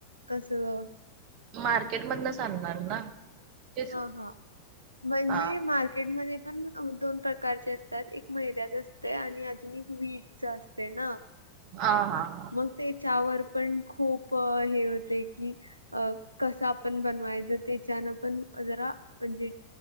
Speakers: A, on the right; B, on the right.
A: कसं?
B: मार्केटमधनच आणणार ना? तेच
A: हा हा म्हणजे
B: हा
A: मार. र्केट मध्ये पण दोन प्रकारचे असतात एक मैद्याच असतं आणि अजून एक वीटच असत. ते ना?
B: अ हा हा.
A: मग तेच्यावर पण खूप हे होते की. अ कसं आपण बनवायचं त्याच्यान पण जरा म्हणजे.